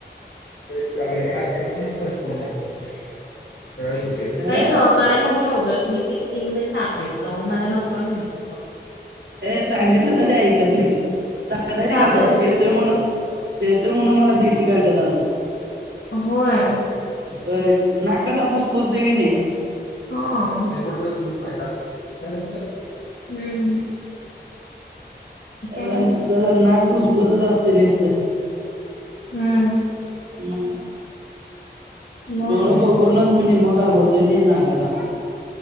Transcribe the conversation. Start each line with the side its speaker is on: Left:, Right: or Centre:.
Left: <unintelligible>
Right: अ
Left: मला नाही आवडत. मी <unintelligible> टाकायचं. मला नकोय म्हणाय
Right: हे सांगितलं तरी ऐकत नाही. दादागीरी
Left: का
Right: करतात.
Left: बरं?
Right: भेतोय म्हणून भेतोय म्हणून मला भीती घालत्यात अजून.
Left: होय.
Right: होय. नाग कसा फूस फूस देईने
Left: हो हू हू.
Right: जसा,
Left: मग?
Right: जसा नाग फुसफुसत असत नुसत.
Left: हम्म.
Right: हम्म,
Left: मग
Right: डोळ बघूनूच मी निम्म घाबरतोय ना या नागाला.